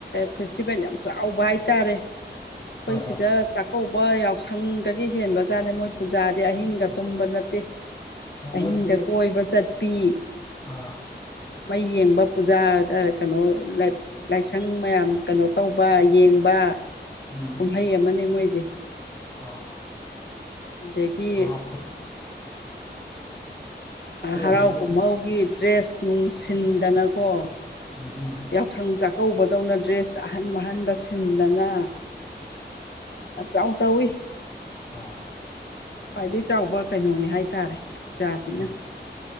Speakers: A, on the left; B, on the left.
A: ꯐꯦꯁꯇꯤꯚꯦꯜ ꯌꯥꯝ ꯆꯥꯎꯕ ꯍꯥꯏꯇꯥꯔꯦ ꯑꯩꯈꯣꯏ
B: ꯍꯣꯏ
A: ꯁꯤꯗ
B: ꯍꯣꯏ
A: ꯆꯥꯛꯀꯧꯕ ꯌꯥꯎꯁꯪꯗꯒꯤ ꯍꯦꯟꯕ ꯖꯥꯠꯅꯦ ꯃꯣꯏ ꯄꯨꯖꯥ ꯍꯤꯡꯒꯥ
B: ꯑꯣ
A: ꯇꯨꯝꯝꯕ ꯅꯠꯇꯦ
B: ꯃꯣꯏꯗꯤ
A: ꯑꯍꯤꯡꯗ ꯀꯣꯏꯕ ꯆꯠꯄꯤ
B: ꯑꯥ
A: ꯃꯩ ꯌꯦꯡꯕ ꯄꯨꯖꯥ ꯀꯩꯅꯣ ꯂꯥꯏꯁꯪ ꯃꯌꯥꯝ ꯀꯩꯅꯣ ꯇꯧꯕ ꯌꯦꯡꯕ
B: ꯎꯝ
A: ꯀꯨꯝꯍꯩ ꯑꯃꯅꯤꯅꯦ ꯃꯣꯏꯗꯤ
B: ꯑꯥ
A: ꯑꯗꯒꯤ
B: ꯑꯈꯣꯏ
A: ꯍꯔꯥꯎ
B: ꯍꯥꯏꯕꯤꯔꯣ
A: ꯀꯨꯝꯍꯧꯒꯤ ꯗ꯭ꯔꯦꯁ ꯅꯨꯡꯁꯤꯟꯗꯅꯀꯣ
B: ꯎꯝ ꯎꯝ
A: ꯌꯥꯎꯁꯪ ꯆꯥꯛꯀꯧꯕꯗꯧꯅ ꯗ꯭ꯔꯦꯁ ꯑꯍꯟ ꯑꯍꯟꯕ ꯁꯤꯟꯗꯅ ꯌꯥꯝ ꯆꯥꯎ ꯇꯧꯋꯏ
B: ꯑ
A: ꯈ꯭ꯋꯥꯏꯗꯒꯤ ꯆꯥꯎꯕ ꯀꯩꯅꯣꯅꯦ ꯍꯥꯏꯇꯥꯔꯦ ꯖꯥꯁꯤꯅ
B: ꯑꯥ